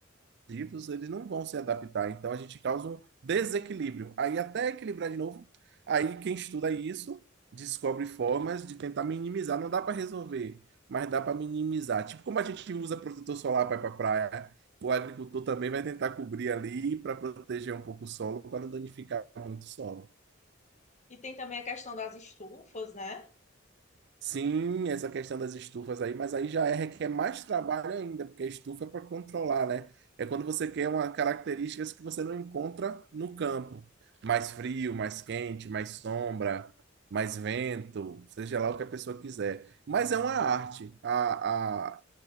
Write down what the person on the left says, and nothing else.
E tem também a questão das estufas, né?